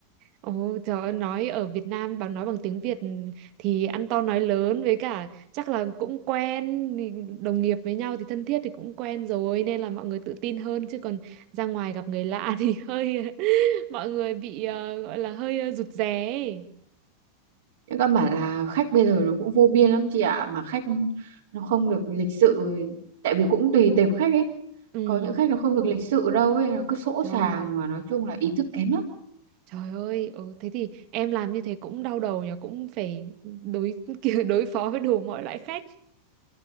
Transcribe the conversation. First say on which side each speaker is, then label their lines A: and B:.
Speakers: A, on the right (about 40°); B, on the right (about 55°).
A: Ồ, trời ơi, nói ở Việt Nam bằng nói bằng tiếng Việt thì ăn to nói lớn với cả chắc là cũng quen thì đồng nghiệp với nhau thì thân thiết thì cũng quen rồi nên là mọi người tự tin hơn chứ còn ra ngoài gặp người lạ thì <laughs> hơi mọi người bị ờ, gọi là hơi ờ, rụt rè ấy.
B: Nhưng các bạn là khách bây giờ nó cũng vô biên lắm chị ạ mà khách nó không được lịch sự tại vì cũng tùy tệp khách ấy
A: Ừ,
B: có những khách nó không được lịch sự đâu ấy nó cứ sỗ
A: trời,
B: sàng mà nói chung là ý thức kém lắm
A: trời ơi, ừ, thế thì em làm như thế cũng đau đầu nhỉ, cũng phải đối <laughs> kiểu đối phó với đủ mọi loại khách.